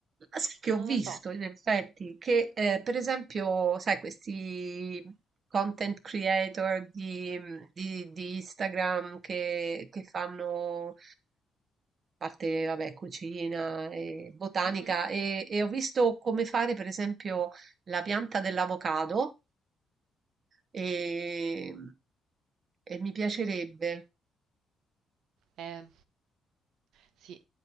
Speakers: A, on the right; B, on the right.
A: ma sai che
B: non
A: ho visto
B: lo so.
A: in effetti che eh, per esempio, sai, questi content creator di, mhmm, di- di Instagram che, che fanno a parte, vabbè, cucina e botanica
B: Mhm.
A: e e ho visto come fare per esempio la pianta dell'avocado e, e mi piacerebbe.
B: Eh, sì,